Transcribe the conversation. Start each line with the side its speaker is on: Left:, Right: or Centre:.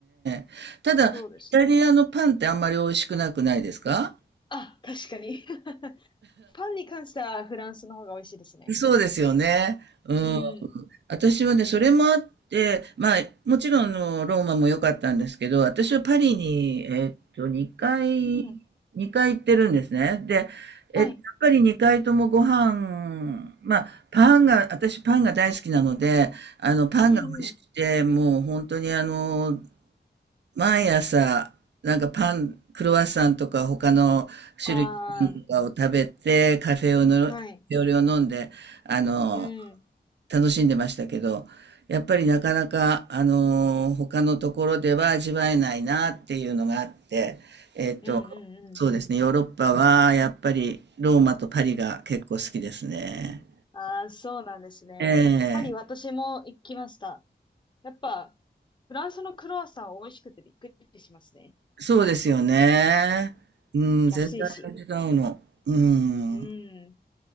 Right: ええ。ただ、
Left: そうですね。
Right: イタリアのパンってあんまり美味しくなくないですか？
Left: あ、確かに。<laughs> パンに関してはフランスの方が美味しいですね。
Right: そうですよね。うん。
Left: うん。
Right: 私はね、それもあって、まあ、もちろんあのローマも良かったんですけど、私はパリに、えっと、2回、
Left: うん。
Right: 2回行ってるんですね。で、えっと、
Left: はい。
Right: やっぱり2回ともご飯、まあ、パンが、私パンが大好きなので、あの、パンが美味しくて、
Left: うんうん。
Right: もう本当にあの、毎朝、なんかパン、クロワッサンとか他の種類のパンとかを食べて、
Left: あ
Right: カフェオレの、
Left: あ、はい。
Right: 料理オを飲んで、あの、
Left: うん。
Right: 楽しんでましたけど、やっぱりなかなか、あの、他のところでは味わえないなっていうのがあって、えっと、
Left: うんうんう
Right: そうですね、ヨーロッパはやっぱりローマとパリが結構好きですね。
Left: ん。ああ、そうなんですね。
Right: ええ、
Left: パリ、私も行きました。やっぱ、フランスのクロワッサンは美味しくてびっくりしますね。
Right: そうですよね。うん、
Left: 安いし。
Right: 全然違うの。う
Left: うん。
Right: ん。